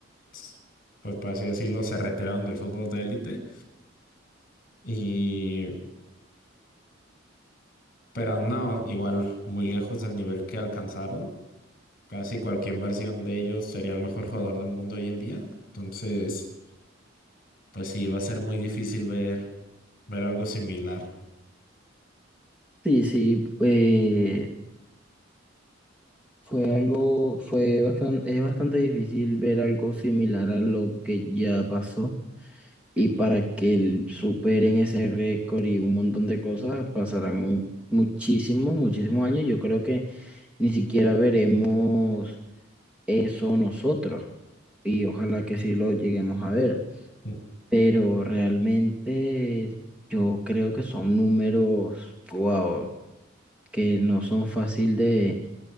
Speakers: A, on the left; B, in the centre.
A: s- pues por así decirlo, se retiraron del fútbol de élite. Y Pero no, igual muy lejos del nivel que alcanzaron. Casi cualquier versión de ellos sería el mejor jugador del mundo hoy en día. Entonces, pues sí, va a ser muy difícil ver, ver algo similar.
B: Sí, sí, eh, fue algo, fue bastante, es bastante difícil ver algo similar a lo que ya pasó. Y para que el- superen ese récord y un montón de cosas, pasarán muchísimos, muchísimos años. Yo creo que ni siquiera veremos. eso nosotros y ojalá que sí lo lleguemos a ver,
A: <laughs>
B: pero realmente yo creo que son números, wow, que no son fácil de,